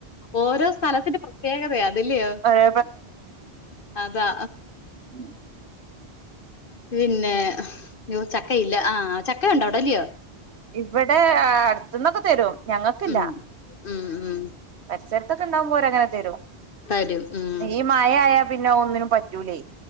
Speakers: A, on the left; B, on the right.
A: ഓരോ സ്ഥലത്തിന്റെ പ്രത്യേകതയാ അത് ല്ലയോ.
B: ഒരു
A: അതാ.
B: ഉം
A: പിന്നെ ചക്കയില്ല. ആഹ് ചക്ക ഉണ്ടൊ അവിട ല്ലിയോ.
B: ഇവടെ അടുത്തിന്നൊക്കെ തരും. ഞങ്ങക്കില്ല.
A: ഉം ഉം ഉം
B: പരിസരത്തൊക്കെ ണ്ടാകുമ്പോ ഓര് അങ്ങനെ തരും.
A: തരും. ഉം
B: ഈ മയാ യ പിന്നെ ഒന്നിനും പറ്റൂലേ.